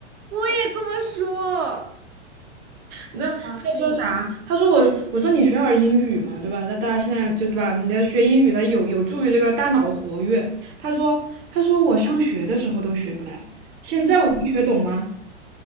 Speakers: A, on the right; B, on the right.
A: 我也这么说。
B: 那他说啥？
A: 妈呀！
B: 他说我，我说你学点儿英语嘛，对吧？那大家现在就对吧？你要学英语，它有有助于这个大脑活跃。他说，他说我上学的时候都学不来，现在我能学懂吗？